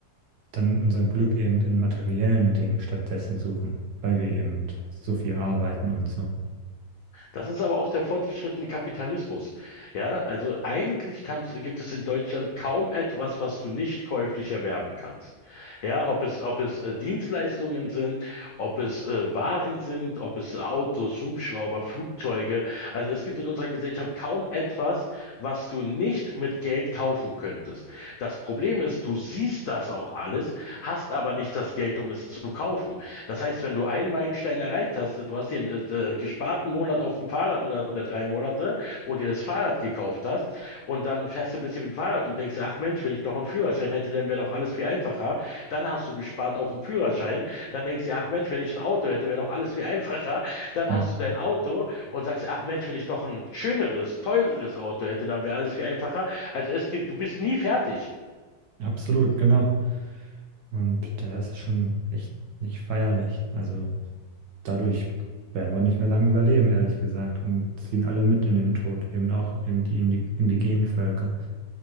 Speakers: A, on the right; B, on the left.
A: dann unser Glück eben in materiellen Dingen stattdessen suchen, weil wir eben so viel arbeiten und so.
B: Das ist aber auch der fortgeschrittene Kapitalismus. Ja, also eigentlich kannst, gibt es in Deutschland kaum etwas, was du nicht käuflich erwerben kannst. Ja, ob es, ob es äh, Dienstleistungen sind, ob es äh, Waren sind, ob es äh, Autos, Hubschrauber, Flugzeuge. Also es gibt in unserer Gesellschaft kaum etwas, was du nicht mit Geld kaufen könntest. Das Problem ist, du siehst das auch alles, hast aber nicht das Geld, um es zu kaufen. Das heißt, wenn du einen Meilenstein Deadline erreicht hast, du hast den äh, äh, gesparten Monat auf dem Fahrrad oder, oder drei Monate und dir das Fahrrad gekauft hast und dann fährst du ein bisschen mit dem Fahrrad und denkst, dir, ach Mensch, wenn ich doch einen Führerschein hätte, dann wäre doch alles viel einfacher. Dann hast du gespart auf dem Führerschein, dann denkst du, dir, ach Mensch, wenn ich ein Auto hätte, wäre doch alles viel einfacher. Dann
A: Hm,
B: hast du dein Auto und sagst, dir, ach Mensch, wenn ich doch ein schöneres, teureres Auto hätte, dann wäre alles viel einfacher. Also es gibt, du bist nie fertig.
A: Absolut, genau. Und da ist es schon echt nicht feierlich. Also dadurch werden wir nicht mehr lange überleben, ehrlich gesagt, und ziehen alle mit in den Tod, eben auch eben die Indi- indigenen Völker.